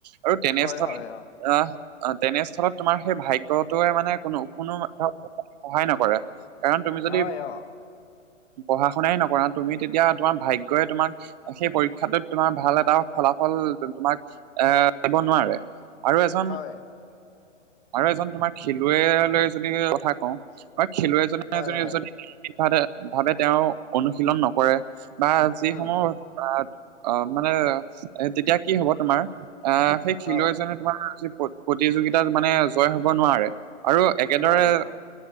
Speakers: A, on the right; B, on the left.
A: আৰু তেনেস্থলীত
B: হয় হয় অ
A: আহ তেনেস্থলত তোমাৰ সেই ভাগ্যটোৱে মানে কোনো কোনো ধৰক সহায় নকৰে কাৰণ তুমি যদি
B: হয় অ
A: পঢ়া-শুনাই নকৰা তুমি তেতিয়া তোমাৰ ভাগ্যই তোমাক সেই পৰীক্ষাটোত তোমাৰ ভাল এটা এটা ফলাফল তোমাক এ দিব নোৱাৰে আৰু এজন
B: হয়
A: আৰু এজন তোমাৰ খেলুৱৈ লৈ যদি কথা কওঁ তোমাৰ খেলুৱৈজনে
B: হয় হয়
A: যদি ভাৱে ভাৱে তেওঁ অনুশীলন নকৰে বা যিসমূহ
B: উম
A: অৱ মানে তেতিয়া কি হ'ব তোমাৰ আহ, সেই খিলৈ
B: অ
A: তোমাৰ আজি প্ৰতিযোগিতাত মানে জয় হ'ব নোৱাৰে আৰু একেদৰে
B: নোৱাৰিব অ